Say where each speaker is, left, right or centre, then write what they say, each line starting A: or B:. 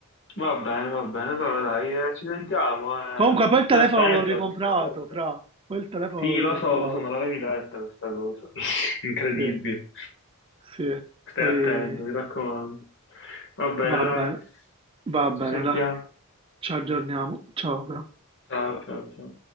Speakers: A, on the left (about 55°); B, on the right (about 25°).
A: Va bene, va bene, allora dai, eh, ci sentiamo, eh.
B: Comunque, poi il telefono
A: Stai attento
B: l'ho ricomprato,
A: la prossima volta.
B: fra, poi il telefono
A: Sì,
B: l'ho ricomprato,
A: lo so, lo so, me l'avevi detta questa cosa. <laughs> Incredibile.
B: sì, sì,
A: Stai
B: poi
A: attento, mi raccomando. Va bene,
B: va
A: dai,
B: bene, va
A: ci
B: bene,
A: sentiamo.
B: dai, ci aggiorniamo, ciao, fra.
A: Ciao, ciao, ciao.